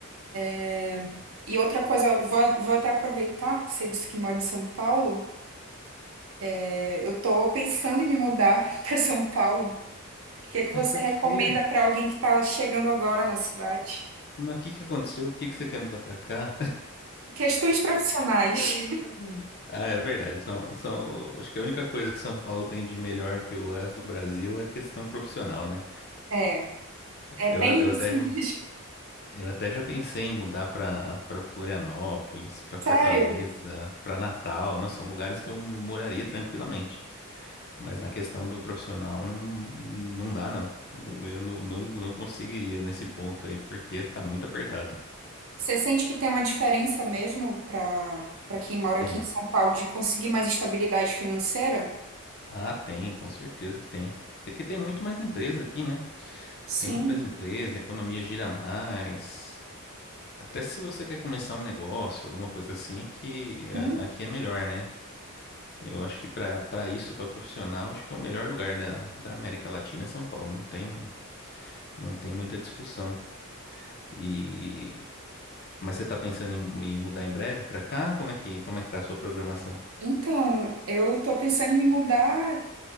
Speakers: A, on the right; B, on the left.
A: É, E outra coisa, eu vou, vou até aproveitar, você disse que mora em São Paulo. É, Eu tô pensando em me mudar <laughs> para São Paulo. O que é que você
B: É porque.
A: recomenda para alguém que está chegando agora na cidade?
B: Mas o que que aconteceu? Por que que você quer mudar pra cá?
A: Questões profissionais.
B: <laughs> Ah, é verdade. São, são, acho que a única coisa que São Paulo tem de melhor que o resto do Brasil é a questão profissional, né?
A: É. É
B: Eu,
A: bem
B: eu até,
A: isso
B: já-
A: mesmo.
B: eu até já pensei em mudar para para Florianópolis, para Fortaleza,
A: <laughs> Sério,
B: para Natal. Nossa, são lugares que eu moraria tranquilamente. Mas na questão do profissional, não, não dá, não. Eu não, não, não conseguiria nesse ponto aí, porque ia ficar muito apertado.
A: você sente que tem uma diferença mesmo para para quem mora
B: Tem.
A: aqui em São Paulo de conseguir mais estabilidade financeira?
B: Ah, tem, com certeza que tem. Porque tem muito mais empresa aqui, né?
A: Sim.
B: Tem muito mais empresa, a economia gira mais. Até se você quer começar um negócio, alguma coisa assim, aqui,
A: Hum.
B: a- aqui é melhor, né? Eu acho que para para isso, para profissional, acho que é o melhor lugar da, da América Latina é São Paulo. Não tem, não tem muita discussão. E mas você tá pensando em, em mudar em breve para cá? Como é que como é que tá a sua programação?
A: Então, eu tô pensando em me mudar,